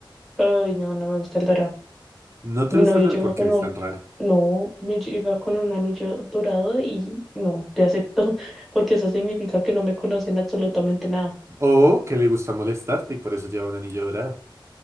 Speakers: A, in the centre; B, on the right.
A: ay, no, no me gusta el dorado.
B: No te
A: Mi
B: gusta
A: novio
B: el dorado
A: llegó
B: porque
A: con
B: eres
A: un,
B: tan rara.
A: no, me llega con un anillo dorado y no, te acepto, <laughs> porque eso significa que no me conocen absolutamente nada.
B: O que le gusta molestarte y por eso lleva un anillo dorado.